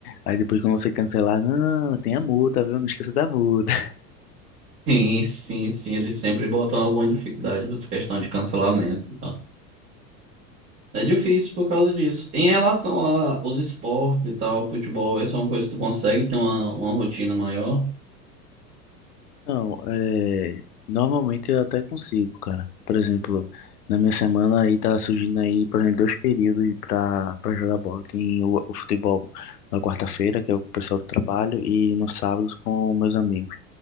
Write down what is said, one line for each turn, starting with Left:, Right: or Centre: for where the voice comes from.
Left: Aí depois quando você cancelar, não, tem a multa, viu? Não esqueça da multa.
Right: Sim, sim, sim. Eles sempre botam alguma dificuldade pra essa questão de cancelamento e tal. É difícil por causa disso. Em relação aos esportes e tal, futebol, essa é uma coisa que tu consegue ter uma, uma rotina maior.
Left: Então, é, normalmente eu até consigo, cara. Por exemplo, na minha semana aí tá surgindo aí, por exemplo, dois períodos pra para jogar bola. Tem o, o futebol na quarta-feira, que é o pessoal do trabalho, e no sábado com meus amigos.